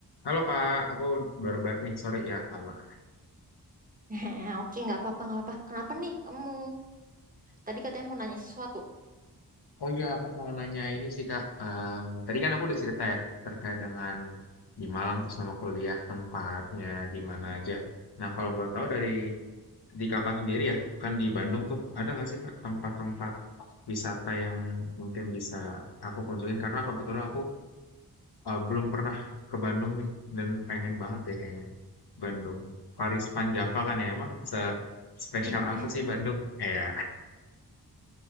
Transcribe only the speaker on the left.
Halo Kak, aku baru balik nih, sorry ya lama.
Oh iya, aku mau nanya ini sih Kak. Em, tadi kan aku udah cerita ya terkait dengan di Malang tuh sama kuliah tempatnya di mana aja. Nah kalau boleh tahu dari di Kakak sendiri ya, kan di Bandung tuh ada nggak sih Kak tempat-tempat wisata yang mungkin bisa aku kunjungin? Karena kebetulan aku eh, belum pernah ke Bandung nih dan pengen banget deh kayaknya. Bandung, Paris Van Java kan ya emang se spesial
apa sih Bandung? Eh, ya,